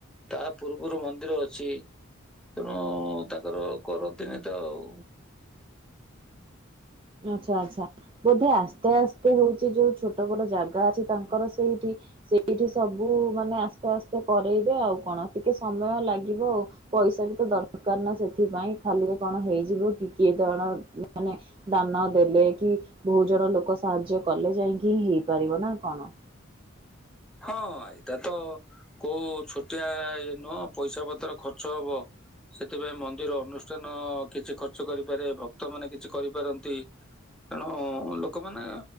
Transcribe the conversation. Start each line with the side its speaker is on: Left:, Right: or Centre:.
Centre: ତା ପୂର୍ବରୁ ମନ୍ଦିର ଅଛି। ତେଣୁ ତାଙ୍କର କରନ୍ତିନି ତ ଆଉ।
Right: ଆଚ୍ଛା ଆଚ୍ଛା। ବୋଧେ ଆସ୍ତେ ଆସ୍ତେ ହଉଛି ଯୋଉ ଛୋଟ ବଟ ଜାଗା ଅଛି ତାଙ୍କର ସେଇଠି ସେଇଠି ସବୁ ମାନେ ଆସ୍ତେ ଆସ୍ତେ କରେଇବେ ଆଉ କଣ ଟିକେ ସମୟ ଲାଗିବ ଆଉ। ପଇସାବିତ ଦରକାର ନା ସେଥିପାଇଁ ଖାଲିରେ କଣ ହେଇଯିବ କି କିଏ ଦଣ ମାନେ ଦାନ ଦେଲେ କି ବହୁ ଜଣ ଲୋକ ସାହାଯ୍ୟ କଲେ ଯାଇକି ହିଁ ହେଇପାରିବ ନା କଣ?
Centre: ହଁ ଏଇଟା ତ କୋଉ ଛୋଟିଆ ଇ ନୁହଁ ପଇସା ପତ୍ର ଖର୍ଚ୍ଚ ହବ। ସେଥିପାଇଁ ମନ୍ଦିର ଅନୁଷ୍ଠାନ କିଛି ଖର୍ଚ୍ଚ କରିପାରେ ଭକ୍ତ ମାନ କିଛି କରିପାରନ୍ତି। ତେଣୁ ଲୋକମାନେ